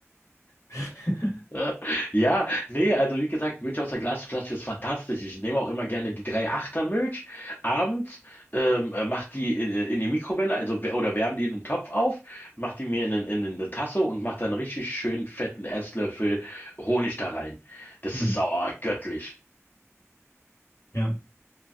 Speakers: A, on the left (about 70°); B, on the left (about 40°).
A: <laughs>
B: Äh, Ja, nee, also wie gesagt, Milch aus der Glasflasche ist fantastisch. Ich nehme auch immer gerne die 3-8er Milch abends, ähm, äh, mach die in, äh, in die Mikrowelle, also wär- oder wärme die in den Topf auf, mach die mir in, in, in eine Tasse und mach dann richtig schön fetten Esslöffel Honig da rein. Das
A: Hm.
B: ist oh, göttlich.
A: Ja.